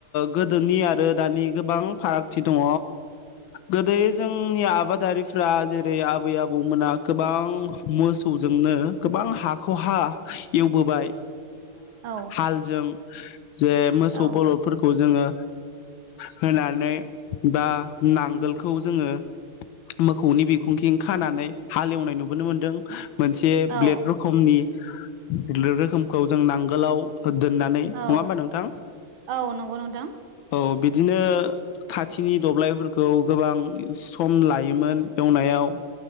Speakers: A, on the left (about 75°); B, on the right (about 75°).
A: गोदोनि आरो दानि गोबां फारागथि दङ। गोदोयै जोंनि आबादारिफ्रा जेरै आबै आबौमोना गोबां मोसौजोंनो गोबां हाख' हा एवबोबाय
B: औ
A: हालजों <unintelligible> जे मोसौ
B: औ
A: बरलदफोरखौ जोङो होनानै बा नांगोलखौ जोङो मोखौनि बिखुंथिं खानानै हालेवनाय नुबोनो मोनदों। मोनसे
B: औ
A: ब्लेड रोखमनि <unintelligible> रोखोमखौ जों नांगोलाव दोननानै नङा
B: औ
A: होमबा नोंथां?
B: औ नंगौ नोंथां
A: औ बिद बिदिनो खाथिनि दब्लायफोरखौ गोबां सम लायोमोन एवनायाव।